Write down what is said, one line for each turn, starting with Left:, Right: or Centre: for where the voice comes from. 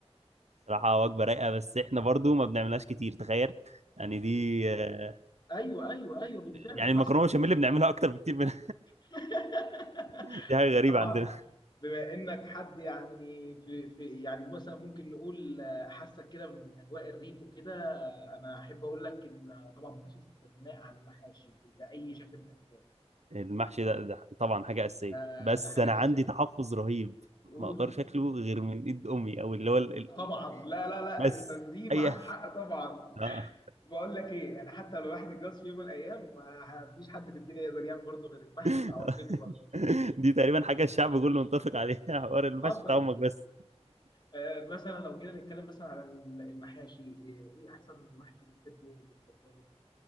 Right: صراحه وجبه رايقه بس احنا برضو ما بنعملهاش كتير تخيل يعني دي آه،
Left: ايوه ايوه ايوه بالفعل
Right: يعني
Left: حصل
Right: المكرونه بشاميل بنعملها اكتر بكتير من
Left: <laughs>
Right: <laughs> دي حاجه غريبه
Left: طبعا
Right: عندنا
Left: بما انك حد يعني في في يعني مثلا ممكن نقول آه، حاسك كده من اجواء الريف وكده انا احب اقول لك ان طبعا مفيش استغناء عن المحاشي ب- باي شكل من الاشكال
Right: المحشي ده, ده طبعا حاجة أساسية
Left: ده
Right: بس
Left: ده حاجه
Right: أنا عندي
Left: اساسيه
Right: تحفظ رهيب
Left: قول
Right: ما أقدرش أكله غير من إيد أمي أو اللي هو ال... ال-
Left: طبعا لا لا لا
Right: بس
Left: انت دي معاك
Right: أي
Left: حق طبعا
Right: آه.
Left: بقول لك ايه يعني حتى لو الواحد اتجوز في يوم من الايام ما فيش حد في الدنيا يقدر يعمل برضه غير المحشي
Right: <laughs>
Left: بتاع والدته برضه
Right: دي تقريبا حاجة الشعب كله متفق عليها حوار المحشي
Left: حصل
Right: بتاع أمك بس
Left: آه مثلا لو جينا نتكلم مثلا على المحاشي ايه إيه احسن محشي بتحبه وبتفضله